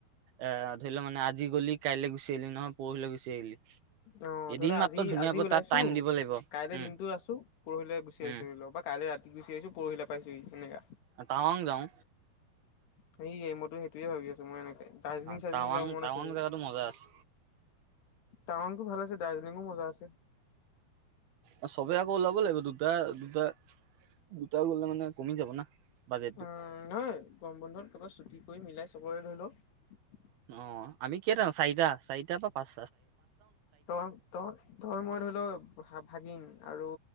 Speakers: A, on the right; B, on the left.
A: এ ধৰি লোৱা মানে আজি গলি কাইলে গুচি আহিলি ন। পৰহিলৈ গুচি আহিলি।
B: অ অ অ
A: এদিন
B: ধৰিলোৱা
A: মাত্ৰ
B: আজি
A: ধুনীয়াকৈ
B: আজি ওলাইছো
A: তাত টাইম দিব লাগিব
B: কাইলৈ
A: উম
B: দিনটো আছো পৰহিলৈ গুচি আহিছো
A: উম
B: ধৰিলওক বা কাইলৈ ৰাতি গুচি আহিছো পৰহিলৈ পাইছো ই এনেকা
A: তাৱাং যাওঁ।
B: সেয়েই মইতো সেইটোৱে ভাবি আছো মই এনেকে দাৰ্জিলিং-চাৰ্জিলিং
A: অ, টাৱাং
B: যাব মন
A: টাৱাং
B: আছে বি
A: জেগাতো মজা আছে
B: তাৱাংতো ভাল আছে দাৰ্জিলিংও মজা আছে।
A: আ চবে আকৌ ওলাব লাগিব দুটা দুটা দুটা গলে মানে কমি যাব না বাজেটটো
B: উম নহয় গৰম বন্ধত ক'ৰবাত ছুটি কৰি মিলাই চবৰে ধৰি লও
A: অ অ অ, আমি কেইটা চাৰিটা চাৰিটাৰ পৰা পাঁচ
B: ত ত তই মই ধৰিলও এ হা ভাগিন আৰু